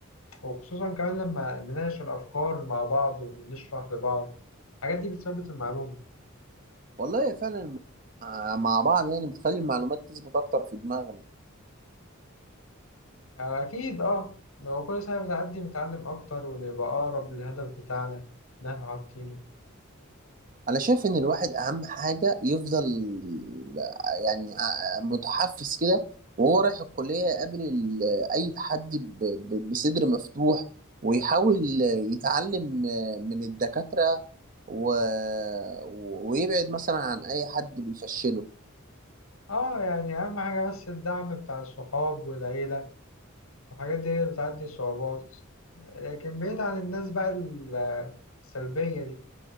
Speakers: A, on the left; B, on the right.
A: وخصوصا كمان لما نناقش الافكار مع بعض ونشرح لبعض الحاجات دي بتثبت المعلومه
B: والله هي فعلا الم- آه، مع بعض يعني بتخلي المعلومات تثبت اكتر في دماغنا
A: اكيد اه لو كل سنه بتعدي بنتعلم اكتر ونبقى اقرب للهدف بتاعنا اللي احنا حاطينه
B: انا شايف ان الواحد اهم حاجه يفضل آه، يعني آه، متحفز كده وهو رايح الكليه يقابل ال- اي تحدي ب- ب- بصدر مفتوح ويحاول يتعلم آه، من الدكاتره و... و- ويبعد مثلا عن اي حد بيفشله
A: اه يعني اهم حاجه بس الدعم بتاع الصحاب والعيله والحاجات دي هي اللي بتعدي الصعوبات لكن بعيد عن الناس بقى ال- السلبيه دي